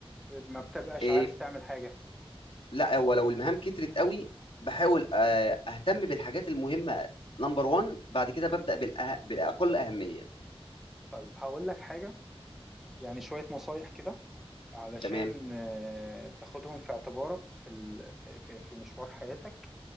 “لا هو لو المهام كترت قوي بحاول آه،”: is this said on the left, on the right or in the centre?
Left